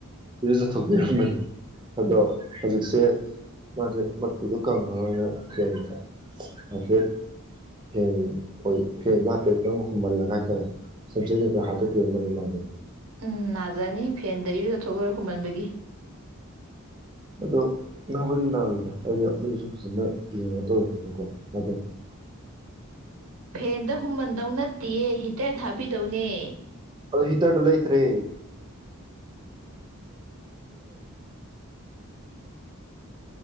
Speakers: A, on the right; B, on the right.
A: ꯁꯤꯁꯨ ꯆꯠꯊꯣꯛꯄꯤꯔꯝꯕꯅꯦ ꯑꯗꯣ ꯍꯧꯖꯤꯛꯁꯦ ꯃꯥꯁꯦ ꯃꯇꯨꯗꯣ ꯀꯪꯉꯔꯣꯏꯅ ꯈꯦꯟ ꯍꯥꯏꯐꯦꯠ ꯐꯦꯟ ꯑꯩꯣꯏ ꯐꯦꯟꯒꯇꯔ ꯍꯨꯝꯍꯜꯂꯒ ꯍꯥꯏꯇꯥꯔꯦ ꯁꯝꯆꯦ ꯀꯩꯀꯥ ꯍꯥꯠꯇꯣꯛꯄꯤꯔꯝꯝꯕꯅꯦ ꯃꯥꯁꯦ
B: ꯎꯝ ꯅꯥꯖꯔꯅꯤ ꯐꯦꯟꯗ ꯏꯔꯨꯗ ꯊꯣꯛꯂꯔꯣꯏ ꯍꯨꯝꯃꯟꯕꯒꯤ
A: ꯑꯗꯨꯗꯣ ꯅꯥꯕꯗꯤ ꯅꯥꯔꯣꯏꯗ꯭ꯔꯥ ꯍꯥꯏꯗꯤ ꯑꯩꯈꯣꯏꯁꯨ ꯐꯖꯅ ꯌꯦꯡꯉ ꯇꯧꯔꯤꯅꯀꯣ ꯃꯗꯣ
B: ꯐꯦꯟꯗ ꯍꯨꯃꯟꯗꯧ ꯅꯠꯇꯤꯌꯦ ꯑꯦ ꯊꯥꯕꯤꯗꯧꯅꯦ
A: ꯑꯣ ꯍꯤꯇꯔꯗꯣ ꯂꯩꯇ꯭ꯔꯦ